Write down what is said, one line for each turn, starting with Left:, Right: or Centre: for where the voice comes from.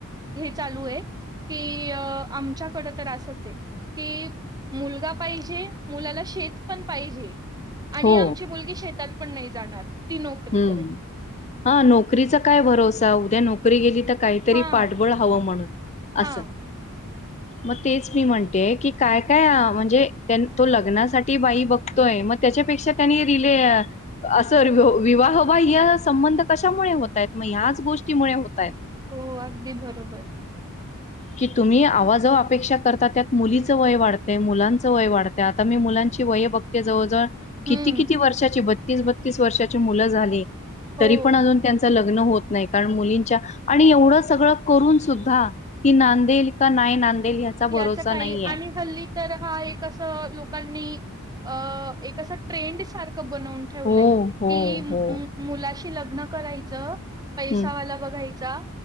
Right: चालू आहे. की आमच्याकडं तर असच आहे की, मुलगा पाहिजे मुलाला शेत पण पाहिजे आणि
Left: हो
Right: आमची मुलगी शेतात. पण नाही जाणार. ती नोकरी
Left: हम्म
Right: करेल
Left: हा नोकरीचा काय भरोसा उद्या नोकरी गेली तर काहीतरी
Right: हा
Left: पाठबळ हवं म्हणून
Right: हा
Left: असं मग तेच मी म्हणते की काय काय म्हणजे तो लग्नासाठी बाई बघतोय मग त्याच्यापेक्षा त्याने रिले असं विवाहबाह्य संबंध कशामुळे होत आहेत मग ह्याच गोष्टीमुळे होत
Right: हो अगदी बरोबर
Left: कि तुम्ही आवाजव अपेक्षा करता त्यात मुलीचं वय वाढतय, मुलांचं वय वाढत आता मी मुलांची वय बघते जवळजवळ
Right: हम्म
Left: किती किती वर्षाची बतीस बत्तीस वर्षाची मुलं झाली
Right: हो
Left: तरी पण अजून त्यांच लग्न होत नाही कारण मुलींच्या आणि एवढं सगळं करून सुद्धा ती नांदेल का नाही ह्याचा
Right: याच
Left: भरोसा
Right: काही
Left: नाहीये
Right: आणि हल्ली तर हा एक असं लोकांनी अ एक ट्रेंड सारख बनवून ठेवलंय
Left: हो, हो,
Right: की
Left: हो.
Right: मुलाशी लग्न करायचं पैसा
Left: हं.
Right: वाला बघायचा